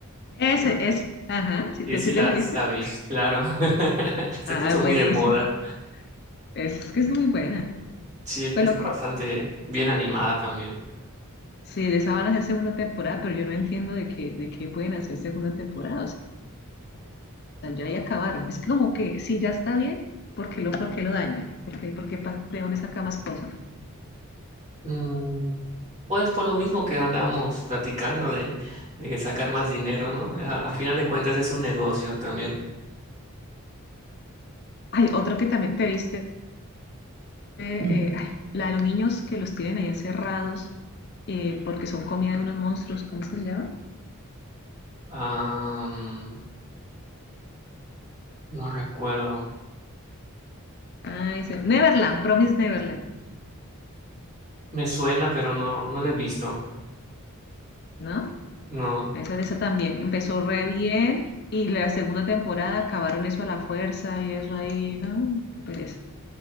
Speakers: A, on the left; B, on the right.
A: Ese,
B: creo.
A: ese. Ajá, si
B: Sí,
A: te,
B: sí,
A: sí
B: la,
A: te lo dice.
B: sí la vi, claro. <laughs> Se
A: Ah,
B: puso
A: buenísimo.
B: muy de moda.
A: Es que es muy buena.
B: Sí,
A: Pues
B: está
A: lo que,
B: bastante bien animada también.
A: sí, de esa van a hacer segunda temporada, pero yo no entiendo de qué, de qué pueden hacer segunda temporada. O sea, ya ahí acabaron. Es como que si ya está bien, ¿por qué lo, por qué lo dañan? ¿Por qué, por qué pa- de dónde saca más cosas?
B: Mm, Pues por lo mismo que andamos platicando de, de sacar más dinero, ¿no? A, a final de cuentas es un negocio también.
A: Hay otro que también te viste, eh,
B: Mm.
A: ay, la de los niños que los tienen ahí encerrados eh, porque son comida de unos monstruos. ¿Cómo es que se llama?
B: Am, no recuerdo.
A: Ay, se- Neverland, Promise Neverland,
B: Me suena, pero no, no lo he visto.
A: ¿no?
B: No.
A: Esa, esa también empezó re bien y la segunda temporada acabaron eso a la fuerza y eso ahí, no, qué pereza.